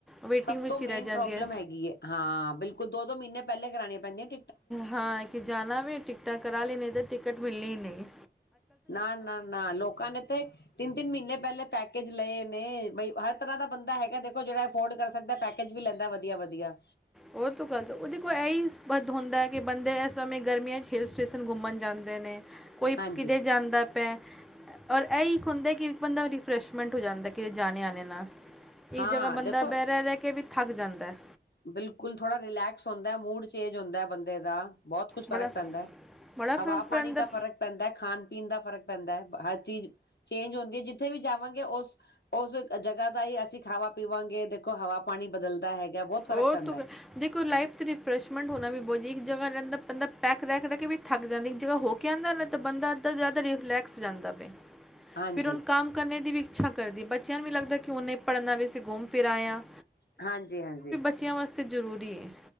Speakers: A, in the centre; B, on the left.
A: ਵੇਟਿੰਗ
B: ਸਭ
A: ਵਿੱਚ
B: ਤੋਂ ਮੇਨ
A: ਹੀ ਰਹਿ ਜਾਂਦੀਆਂ
B: ਪ੍ਰੋਬਲਮ ਹੈਗੀ ਏ ਹਾਂ ਬਿਲਕੁਲ ਦੋ ਦੋ ਮਹੀਨੇ ਪਹਿਲੇ ਕਰਾਨੀ <inaudible>
A: ਹਾਂ ਕਿ ਜਾਣਾ ਵੀ ਟਿਕਟਾਂ ਕਰਾ ਲੈਨੇ ਆ <unintelligible> ਟਿਕਟ ਮਿਲਨੀ ਨੀ
B: ਨਾ ਨਾ ਨਾ ਲੋਕਾਂ ਨੇ ਤੇ ਤਿੰਨ ਤਿੰਨ ਮਹੀਨੇ ਪੈਲੇ ਪੈਕੇਜ ਲਏ ਤੇ ਬਈ ਹਰ ਤਰ੍ਹਾਂ ਦਾ ਬੰਦਾ ਹੈਗਾ ਦੇਖੋ ਜਿਹੜਾ ਅਫੋਰਡ ਕਰ ਸਕਦਾ ਪੈਕੇਜ ਵੀ ਲੈਂਦਾ ਵਧੀਆ ਵਧੀਆ।
A: ਉਹ ਤੋਂ ਗੱਲ <unintelligible> ਕੋਲ ਇਹੀ ਵਧ ਹੁੰਦਾ ਕਿ ਬੰਦੇ ਇਸ ਸਮੇਂ ਗਰਮੀਆਂ 'ਚ ਹੀਲ ਸਟੇਸ਼ਨ ਘੁੰਮਣ ਜਾਂਦੇ ਨੇ। ਕੋਈ
B: ਹਾਂਜੀ।
A: ਕਿਤੇ ਜਾਂਦਾ ਪਿਆ। ਔਰ ਇੱਕ ਹੁੰਦਾ ਕਿ ਇੱਕ ਬੰਦਾ ਰਿਫਰੈਸ਼ਮੈਂਟ ਹੋ ਜਾਂਦਾ ਕਿਤੇ ਜਾਣੇ ਆਣੇ ਨਾਲ। ਇਹ
B: ਹਾਂ
A: ਜਗ੍ਹਾ ਬੰਦਾ
B: ਦੇਖੋ
A: ਬਹਿ ਰਿਹਾ ਰਹਿ ਕੇ ਵੀ ਥੱਕ ਜਾਂਦਾ ਹੈ।
B: ਬਿਲਕੁਲ ਥੋੜਾ ਰਿਲੈਕਸ ਹੁੰਦਾ ਮੂਡ ਚੇਂਜ ਹੁੰਦਾ ਬੰਦੇ ਦਾ। ਬਹੁਤ ਕੁਛ ਫਰਕ
A: ਬੜਾ
B: ਪੈਂਦਾ ਏ
A: ਬੜਾ ਫਰਕ
B: ਹਵਾ ਪਾਣੀ
A: ਪੈਂਦਾ
B: ਦਾ ਫਰਕ ਪੈਂਦਾ ਖਾਣ ਪੀਣ ਦਾ ਫ਼ਰਕ ਪੈਂਦਾ ਏ ਚੀਜ਼ ਚੇਂਜ ਹੁੰਦੀ <unintelligible> ਉੱਥੇ ਵੀ ਜਾਵਾਂਗੇ ਉਸ ਉਸ ਜਗ੍ਹਾ ਦਾ ਹੀ ਅਸੀਂ ਖਾਵਾ ਪੀਵਾਂਗੇ ਦੇਖੋ ਹਵਾ ਪਾਣੀ ਬਦਲਦਾ ਹੈਗਾ। ਬਹੁਤ ਫ਼ਰਕ
A: ਉਹ
B: ਪੈਂਦਾ।
A: <unintelligible> ਰਿਫਰੈਸ਼ਮੈਂਟ ਹੋਣਾ ਵੀ ਬਹੁਤ ਇੱਕ ਜ ਰਹਿੰਦਾ ਬੰਦਾ ਪੈਕ ਰੈ ਰਹਿ ਕੇ ਵੀ ਥੱਕ ਜਾਂਦਾ ਇੱਕ ਜ ਹੋ ਕੇ ਆਂਦਾ ਨਾ ਬੰਦਾ ਅੱਡੇ ਤੋਂ ਜ਼ਿਆਦਾ ਰੈਫਲੇਕ੍ਸ ਹੋ ਜਾਂਦਾ ਵੇ।
B: ਹਾਂਜੀ
A: ਫਿਰ ਹੁਣ ਕੰਮ ਕਰਨੇ ਦੀ ਵਿ ਅੱਛਾ ਕਰਦੀ ਬੱਚਿਆਂ ਨ ਵੀ ਲਗਦਾ ਕਿ ਉਹਨੇ ਪੜ੍ਹਨਾ ਵੀ ਅਸੀਂ ਘੁੰਮ ਫਿਰ ਆਇਆ।
B: ਹਾਂਜੀ ਹਾਂਜੀ
A: ਬੱਚਿਆਂ ਵਾਸਤੇ ਜ਼ਰੂਰੀ ਹੈ।